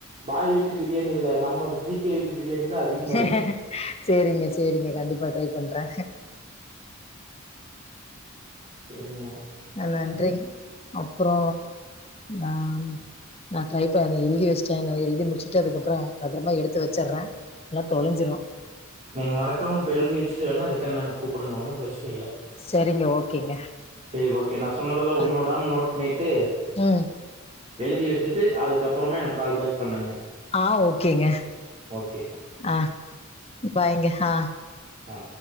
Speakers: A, on the right; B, on the left.
A: பாய் வீட்டு பிரியாணி இல்ல நம்ம ஜிகே வீட்டு பிரியாணி தான் அதிகமா
B: ஹஹ
A: இருக்கும்.
B: சரிங்க சரிங்க கண்டிப்பா ட்ரை பண்றேன்
A: செரிங்க
B: ஆ நன்றி அப்றோ நான் நான் ட்ரை <unintelligible> எழுதி வச்சுட்டேன் நெறய எழுதி முடிச்சுட்டு அதுக்கப்புறோ பத்தரமா எடுத்து வச்சர்றே இல்லனா தொலஞ்சுரு
A: நீங்க மறக்காம இப்ப எழுதி வச்சுட்டு வேண்ணா ரிட்டன் என்ன கூப்புடுங்க ஒன்னும் பிரச்சனை இல்ல
B: சரிங்க, ஓகேங்க.
A: செரி ஓகே நா சொன்னதெல்லா ஒண்ணு
B: அ
A: விடாம நோட் பண்ணிட்டு
B: ம்.
A: எழுதி வச்சுட்டு அதுக்கப்பறமா எனக்கு கால் பேக் பண்ணுங்க
B: ஆஹ் ஓகேங்க
A: ஓகே.
B: ஆஹ் பாய்ங்க ஆஹ்
A: ஹ